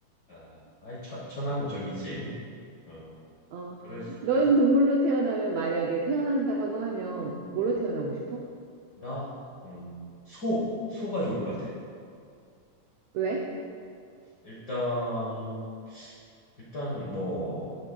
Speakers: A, on the left; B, on the right.
A: 아 아이 처, 천하무적이지. 어
B: 어,
A: 그래서 그래서
B: 넌 동물로 태어나면 만약에 태어난다고 하면 뭘로
A: 어,
B: 태어나고 싶어?
A: 나 음, 소 소가 좋을 것 같아.
B: 왜?
A: 일단 일단 뭐,